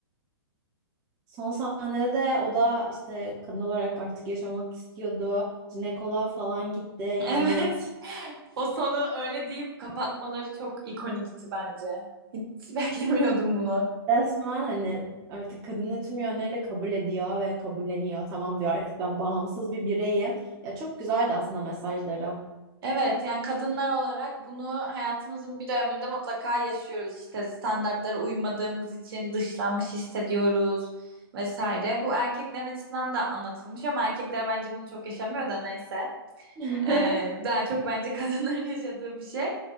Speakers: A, on the right; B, on the right.
A: son sahnede de o da işte kadın olarak artık yaşamak istiyordu. Jinekoloğa falan gitti. Yani
B: Evet. <laughs> O sonu öyle deyip kapatmaları çok ikonikti bence. Hiç beklemiyordum bunu.
A: Resmen hani artık kadını tüm yönleriyle kabul ediyor ve kabulleniyor. Tamam diyor artık ben bağımsız bir bireyim. Ya çok güzeldi aslında mesajları.
B: Evet yani kadınlar olarak bunu hayatımızın bir döneminde mutlaka yaşıyoruz işte standartlara uymadığımız için dışlanmış hissediyoruz vesaire. Bu erkeklerin açısından da anlatılmış ama erkekler bence bunu çok yaşamıyor da neyse.
A: <laughs>
B: Ee, daha çok bence kadınların <laughs> yaşadığı bir şey.